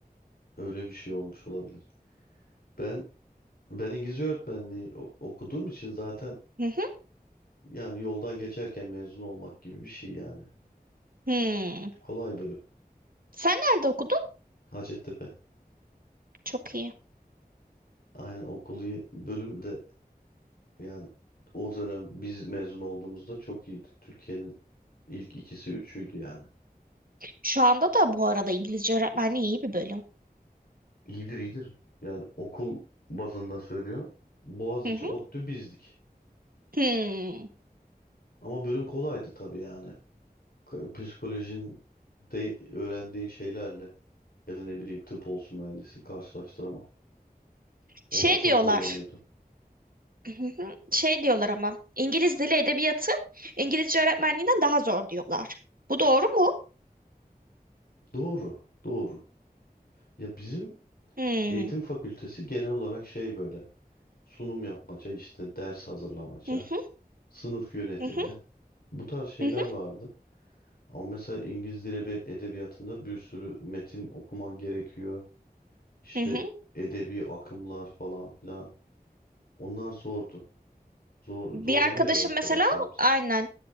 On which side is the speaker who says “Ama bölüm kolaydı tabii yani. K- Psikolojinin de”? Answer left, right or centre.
Left